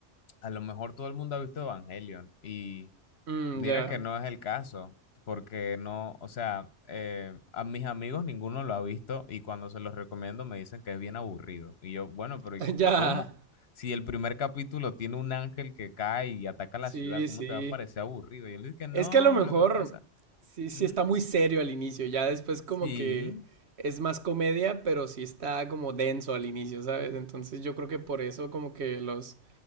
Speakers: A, on the left; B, on the right.
A: a lo mejor todo el mundo ha visto Evangelion y...
B: Mm,
A: Mira
B: ya,
A: que no es el caso, porque no, o sea, eh, a mis amigos ninguno lo ha visto y cuando se los recomiendo me dicen que es bien aburrido. Y yo, bueno, pero ¿y
B: <laughs>
A: co-
B: ya.
A: cómo? Si el primer capítulo tiene un ángel que cae y ataca la
B: Sí,
A: ciudad, ¿cómo
B: sí.
A: te va a parecer aburrido? Y él dice que no,
B: Es que a lo mejor
A: lo que pasa.
B: sí,
A: ujú,
B: sí está muy serio al inicio, ya después como
A: Sí.
B: que es más comedia, pero sí está como denso al inicio, ¿sabes? Entonces yo creo que por eso como que los,